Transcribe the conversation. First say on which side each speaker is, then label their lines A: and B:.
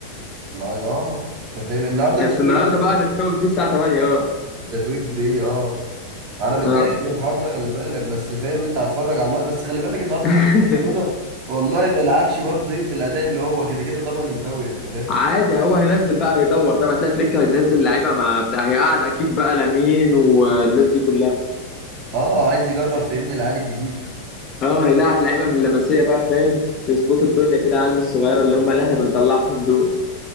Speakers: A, on the right; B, on the left.
A: ما ده اه انت فاهم النهارده
B: بس
A: التتويج
B: النهارده بقى هنتوج بيه الساعه 8 اه
A: التتويج بيه اه انا متضايق
B: اه
A: من الحوار ده خلي بالك بس فاهم انت هتفرج على الماتش بس خلي بالك النهارده
B: <laughs>
A: ممكن برشلونه والله ما يلعبش برضه ايه بالاداء اللي هو كده كده ضمن الدوري انت فاهم
B: عادي هو هينزل بقى هيدور فاهم هتلاقي فليك هينزل لعيبه ما بتاع هيقعد اكيد بقى لامين والناس دي كلها
A: اه عايز يجرب فهمني العيال الجديده
B: اه هيلاعب لعيبه من لمسيه بقى فاهم يظبطوا الدنيا كده عالم الصغيره اللي هم اللي احنا بنطلعهم دول